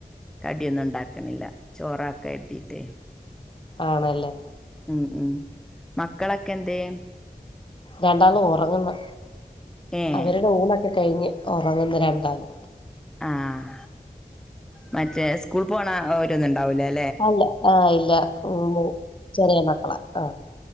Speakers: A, in the centre; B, on the left.
A: കടിയൊന്നും ഉണ്ടാക്കണില്ല ചോറ് ആക്കാന്നു കരുതിയിട്ടെയ്
B: ആണല്ലേ
A: ഉം ഉം മക്കളൊക്കെ എന്തേ
B: രണ്ടാളും ഒറങ്ങുന്ന്
A: ഏഹ്
B: അവരുടെ ഊണൊക്കെ കഴിഞ്ഞ് ഉറങ്ങുന്ന്‌ രണ്ടാള്
A: ആഹ് മറ്റേ സ്കൂൾ പോണ ഓര്ന്ന്ണ്ടാവൂലേ
B: ആഹ് ഇല്ല അഹ് ഇല്ല ഓൻ പോവും ചെറിയ മക്കളാ ആഹ്